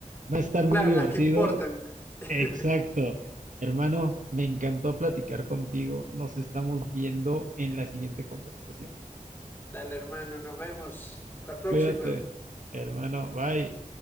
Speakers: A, on the right (about 65°); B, on the left (about 15°).
A: Va a estar
B: claro,
A: muy divertido.
B: las que importan. <laughs>
A: Exacto. Hermano, me encantó platicar contigo. Nos estamos viendo en la siguiente conversación.
B: Dale, hermano, nos vemos la próxima.
A: Cuídate, hermano. Bye.